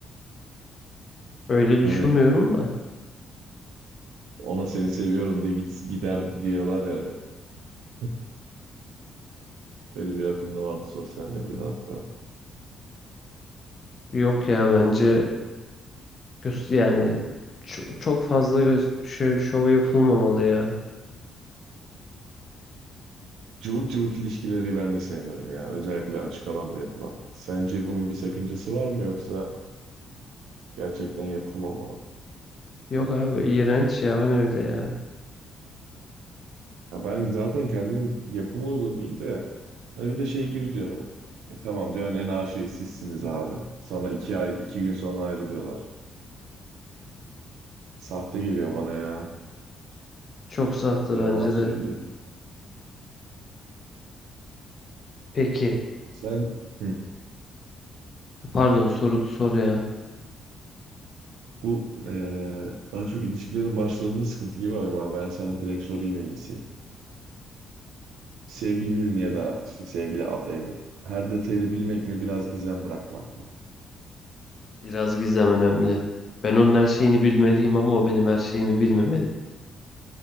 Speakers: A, on the left; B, on the right.
A: Öyle düşünmüyorum
B: Hani
A: da.
B: ona seni seviyorum diye git, gider diyorlar yani. <laughs> Böyle bir akım da vardı sosyal medyada hatta.
A: Yok ya bence Göz, yani ço- çok fazla göz şö- şov yapılmamalı ya.
B: Cıvık cıvık ilişkileri ben de sevmiyorum ya. Özellikle açık alanda yapılan. Sence bunun bir sakıncası var mı yoksa gerçekten yapım olmalı mı?
A: Yok abi iğrenç ya o ne öyle ya.
B: Ya ben zaten kendim yapıma uygun değil de hani bir de şey gibi diyorum. E tamam diyor yani en aşığı sizsiniz abi. Sonra iki ay iki gün sonra ayrılıyorlar. Sahte geliyor bana ya.
A: Çok sahte
B: Ne
A: bence
B: yalan söyleyeyim.
A: de. Peki
B: Sen hı,
A: pardon soru sor ya.
B: bu eee, daha çok ilişkilerin başlarında sıkıntı gibi ama ben sana direkt sorayım en iyisi. Sevgilinin ya da işte sevgili adayının her detayını bilmek mi biraz gizem bırakmak mı?
A: Biraz gizem önemli. Ben onun her şeyini bilmeliyim ama o benim her şeyimi bilmemeli.